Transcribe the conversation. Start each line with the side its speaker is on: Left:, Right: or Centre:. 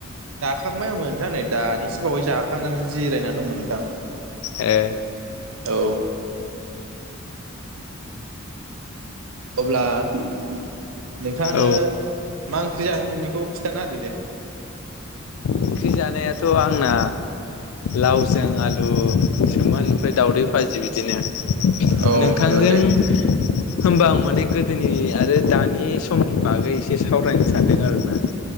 Right: जाखांबायमोन नोंथां नै दानिसो बावै जाखांनानै जिरायनानै दंमोन नोंथां
Left: ए
Right: औ अब्ला नोंथाङानो
Left: औ
Right: मा ओं- ख्रि जादोंमोन बेखौ खिथाना होदो दे
Left: ओंख्रि जादो संनायाथ आंना लावजों आलु सोमोन ओमफ्राय दावदै भाजि बिदिनो
Right: औ
Left: नोंथांजों
Right: औ दे
Left: होमबा आं माने गोदोनि आरो दानि समनि बागै एसे सावरायनो सानदों आरोना